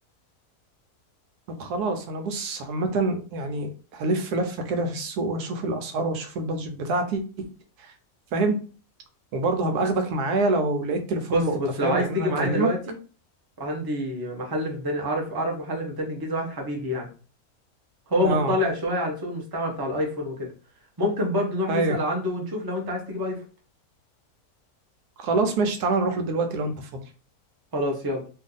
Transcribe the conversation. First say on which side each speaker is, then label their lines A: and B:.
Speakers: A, on the right (about 85°); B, on the right (about 25°).
A: طب خلاص انا بص عامة يعني هلف لفة كده في السوق واشوف الاسعار واشوف البادجت بتاعتي فاهم وبرضه هبقى اخدك معايا لو لقيت تليفون
B: بص
A: لقطة
B: بص
A: فاهم
B: لو عايز
A: يعني
B: تيجي
A: انا
B: معايا
A: هكلمك
B: دلوقتي عندي محل في ميدان اعرف اعرف محل في ميدان الجيزة واحد حبيبي يعني هو
A: اه
B: مطلع شوية على سوق المستعمل بتاع الايفون وكده ممكن برضو نروح
A: ايوه
B: نسأل عنده ونشوف لو انت عايز تجيب ايفون
A: خلاص ماشي تعالى نروح له دلوقتي لو انت فاضي
B: خلاص يلا